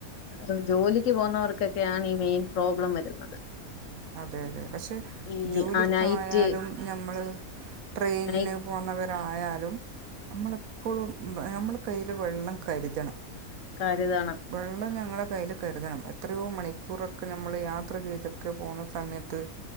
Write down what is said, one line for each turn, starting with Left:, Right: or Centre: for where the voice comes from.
Left: അഹ് ജോലിക്ക് പോവുന്നവർക്കൊക്കെയാണ് ഈ മെയിൻ പ്രോബ്ലം വരുന്നത്
Right: അതെയതെ പക്ഷെ
Left: ഈ
Right: ജോലിക്കായാലും
Left: ആ നൈറ്റ്
Right: നമ്മള് ട്രെയിൻ
Left: നൈറ്റ്
Right: ന് പോന്നവരായാലും നമ്മളെപ്പോഴും എഹ് നമ്മള് കയ്യില് വെള്ളം കരുതണം
Left: കാര്യതാണ്
Right: വെള്ളം ഞങ്ങളെ കയ്യിൽ കരുതണം എത്രയോ മണിക്കൂറൊക്കെ നമ്മൾ യാത്ര ചെയ്ത് ക്കെ പോണ സമയത്ത്